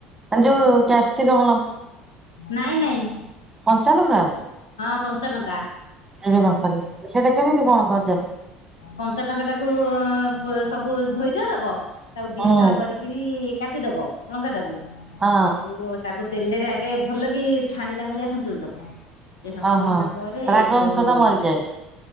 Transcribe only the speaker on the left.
ନାଇଁ ନାଇଁ
କଞ୍ଚଲଙ୍କା।
କଞ୍ଚାଲଙ୍କା ଟାକୁ ସବୁ ଧୋଇଧୁଆ ଦବ ତାକୁ ଦି
ଫାଳ କରିକିରି କାଟିଦବ ଲଙ୍କାଟାକୁ
ହେଇଠୁ ତାକୁ ତେଲରେ ଆଗେ ଭଲ କି ଛାଣିଲା ଭଳିଆ ସନ୍ତୁଳି ଦବ। ସେ ସନ୍ତୁଳି
ହେଲା ପରେ
ଯୋଉ